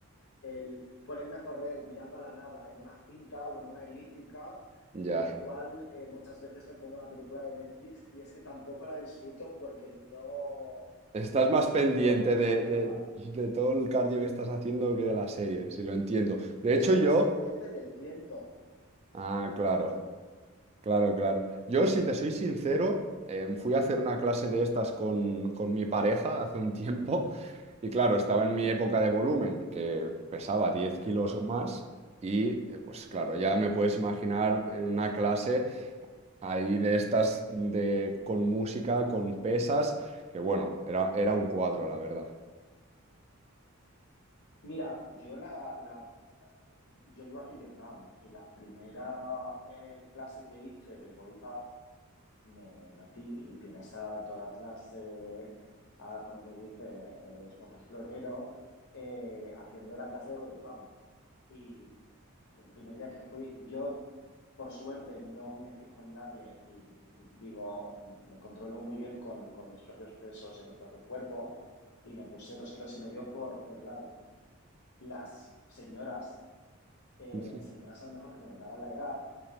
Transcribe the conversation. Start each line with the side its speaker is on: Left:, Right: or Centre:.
Left: el ponerme a correr mirando a la nada en una cinta o en una elíptica
Right: Ya.
Left: en el cual eh, muchas veces me pongo una película de Netflix y es que tampoco la disfruto porque no,
Right: Estás
Left: no me
Right: más
Left: siento
Right: pendiente
Left: que pueda concentrarme
Right: de, de-
Left: en nada.
Right: de todo el cardio que estás haciendo que de la serie, si lo entiendo. De
Left: Estoy
Right: hecho, yo...
Left: más pendiente del tiempo.
Right: Ah, claro. Claro, claro. Yo, si te soy sincero, em, fui a hacer una clase de estas con, con mi pareja hace un tiempo y claro, estaba
Left: Ujú.
Right: en mi época de volumen, que pesaba 10 kilos más y eh, pues claro,
Left: Claro.
Right: ya me puedes imaginar en una clase ahí de estas de, con música, con pesas, que bueno, era, era un cuadro, la verdad.
Left: Mira, yo la, la- yo vivo aquí en Vietnam y la primera eh, clase que hice de body pump me metí y tienes a todas las, eh, a, como que dice, eh, esposas florero eh, haciendo la clase de body pump. Y el primer día que fui, yo por suerte no me fijo en nadie y digo, me controlo muy bien con, con mis propios pesos y mi propio cuerpo y me puse dos kilos y medio por, por lado. Las señoras, eh,
Right: <laughs>
Left: señoras a lo mejor que me doblaban la edad,